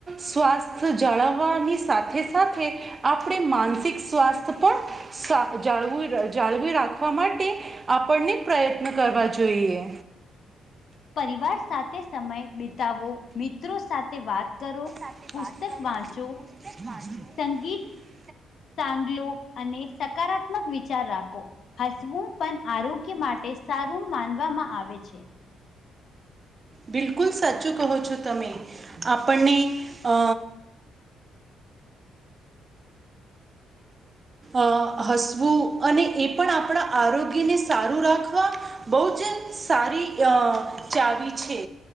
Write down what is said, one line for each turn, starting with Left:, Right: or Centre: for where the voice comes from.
Right: સ્વાસ્થ્ય જાળવવાની સાથે સાથે આપણે માનસિક સ્વાસ્થ્ય પણ સા જાળ જાળવી રાખવા માટે આપણને પ્રયત્ન કરવા જોઈએ.
Left: પરિવાર સાથે સમય બિતાવો મિત્રો સાથે વાત કરો.
Right: માટે
Left: પુસ્તક
Right: વાત કરો
Left: વાંચો
Right: પસ્ત માંધો <inaudible>
Left: સંગીત સાંગલો અને સકારાત્મક વિચાર રાખો હસવું. પણ આરોગ્ય માટે સારું માનવામાં આવે છે.
Right: બિલકુલ સાચું કહો છો તમે આપણને અ અ હસવું અને એ પણ આપણા આરોગ્ય ને સારું રાખવા. બહુજ સારી અ ચાવી છે.